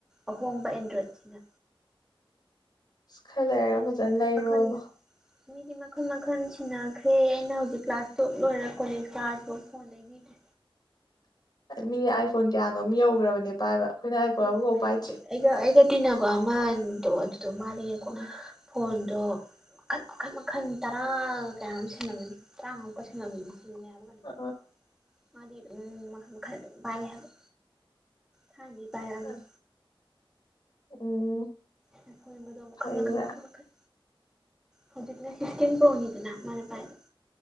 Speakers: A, in the centre; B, on the left.
A: ꯑꯍꯣꯡꯕ ꯑꯦꯟꯗ꯭ꯔꯣꯏꯗꯁꯤꯅ
B: ꯑꯁ ꯈꯥ ꯂꯩꯔꯒ
A: ꯃꯤꯗꯤ
B: ꯐꯖꯅ
A: ꯃꯈꯜ
B: ꯂꯩꯔꯣꯕꯣ
A: ꯃꯈꯜ ꯃꯤꯗꯤ ꯃꯈꯟ ꯃꯈꯟ ꯁꯤꯟꯅꯈ꯭ꯔꯦ ꯑꯩꯅ ꯍꯧꯖꯤꯛ ꯀ꯭ꯂꯥꯁ ꯇꯨꯌꯦꯜꯞ ꯂꯣꯏꯔ ꯀꯣꯂꯦꯖ ꯀꯥꯔꯁꯤꯐꯥꯎ ꯐꯣꯟ ꯂꯩꯕꯤꯗ꯭ꯔꯤ
B: <inaudible> ꯃꯤ ꯑꯥꯏꯐꯣꯟ ꯀꯌꯥꯅꯣꯝ ꯌꯧꯈ꯭ꯔꯕꯅꯦ ꯄꯥꯏꯕ ꯑꯩꯈꯣꯏꯅ ꯑꯥꯏꯐꯣꯟ
A: ꯌꯧꯒ꯭ꯔꯦ
B: ꯑꯃꯐꯥꯎ ꯄꯥꯏꯗ꯭ꯔꯤ
A: ꯌꯧꯒ꯭ꯔꯦ ꯑꯩꯒ ꯑꯩꯒ ꯇꯤꯟꯅꯕ ꯑꯃꯗꯣ ꯑꯗꯨꯗꯣ ꯃꯥꯜꯗꯤꯅꯦꯀꯣ
B: ꯎꯝ
A: ꯐꯣꯟꯗꯣ ꯃꯈꯟ ꯃꯈꯟ ꯃꯈꯟ ꯇꯔꯥ ꯀꯌꯥꯅꯣꯝ ꯁꯤꯜꯂꯝꯃꯅꯤ ꯇꯔꯥꯉꯥꯃꯨꯛꯀ ꯁꯤꯜꯂꯝꯃꯅꯤ ꯁꯤꯜꯂꯦ ꯍꯥꯢꯕ꯭ꯔꯥ ꯀꯩꯅꯣ
B: ꯑ
A: ꯃꯥꯗꯤ ꯑꯗꯨꯝ ꯃꯈꯜ ꯃꯈꯜ ꯑꯗꯨꯝ ꯄꯥꯢ ꯍꯥꯏꯕ ꯊꯥꯏꯅꯗꯒꯤ ꯄꯥꯏꯔꯛꯑꯕꯅꯤ
B: ꯑ ꯎꯝ
A: ꯅꯪꯅ ꯐꯣꯟꯒꯥꯗꯣ ꯃꯈꯜ
B: ꯐꯩꯅꯦ
A: ꯃꯈꯜ ꯃꯈꯜ ꯃꯈꯟ ꯍꯧꯖꯤꯛꯅ ꯐꯤꯐꯇꯤꯟ ꯄ꯭ꯔꯣꯅꯤꯗꯅ ꯃꯥꯅ ꯄꯥꯏꯗꯣ